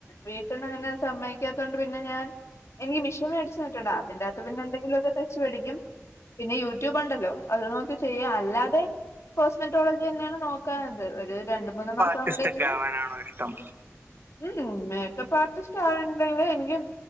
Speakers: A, on the left (about 65°); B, on the right (about 45°).
A: വീട്ട് ന്നങ്ങനെ സമ്മയിക്കാത്തോണ്ട് പിന്നെ ഞാൻ. എനിക്ക് മിഷൻ മേടിച്ചിട്ടു തന്നിട്ടുണ്ട് അതിന്റെറകത്ത് പിന്നെ എന്തെലൊക്കെ തയ്ച്ച് പഠിക്കും. പിന്നെ യൂട്യൂബ് ഉണ്ടല്ലോ അത് നോക്കി ചെയ്യാ അല്ലാതെ കോസ്മെറ്റോളജി തന്നെയാണ് നോക്കാത് ഒരു രണ്ട് മൂന്ന് മാസം
B: <unintelligible>
A: കൂടെ ഇനി
B: ആവാനാണോ ഇഷ്ടം?
A: ഉം മേക്കപ്പ് ആർട്ടിസ്റ്റ് ആണണ്ടെങ്കിൽ എനിക്ക്